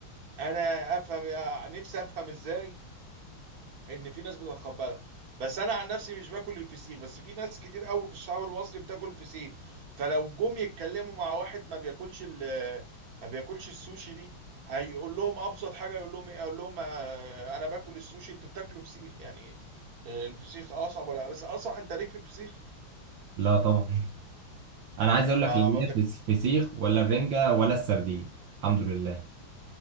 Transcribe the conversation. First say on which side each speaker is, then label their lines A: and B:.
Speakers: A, on the right; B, on the right.
A: انا افهم نفسي افهم ازاي ان في ناس بتتقبلها بس انا عن نفسي مش باكل الفسيخ بس في ناس كتير قوي في الشعب المصري بتاكل الفسيخ فلو جم يتكلموا مع واحد ما بياكلش ال ما بياكلش السوشي دي هيقول لهم ابسط حاجه يقول لهم ايه اقول لهم آه، انا باكل السوشي انتوا بتاكلوا فسيخ يعني ايه؟ آه، الفسيخ اصعب ولا بس اصح انت ليك في الفسيخ
B: لا طبعا <laughs> انا عايز اقول لك
A: ما
B: لا ليا
A: ما بتاكل
B: في الفسيخ ولا الرنجة ولا السردين الحمد لله